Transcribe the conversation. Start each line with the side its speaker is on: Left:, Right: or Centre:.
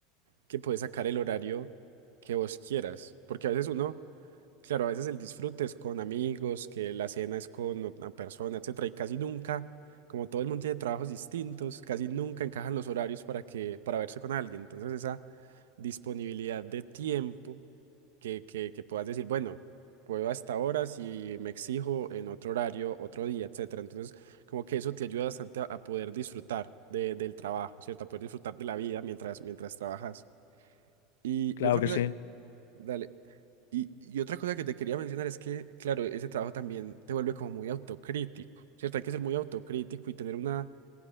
Right: que puedes sacar el horario que vos quieras. Porque a veces uno, claro, a veces el disfrute es con amigos, que la cena es con una persona, etcétera, y casi nunca, como todo el mundo tiene trabajos distintos, casi nunca encajan los horarios para que, para verse con alguien. Entonces, esa disponibilidad de tiempo que, que, que puedas decir, bueno, puedo hasta ahora si me exijo en otro horario, otro día, etcétera. Entonces, como que eso te ayuda bastante a, a poder disfrutar de- del trabajo, ¿cierto? A poder disfrutar de la vida mientras, mientras trabajas. Y,
Left: Claro
Right: y otra
Left: que
Right: cosa,
Left: sí.
Right: dale, y, y otra cosa que te quería mencionar es que, claro, ese trabajo también te vuelve como muy autocrítico, ¿cierto? Hay que ser muy autocrítico y tener una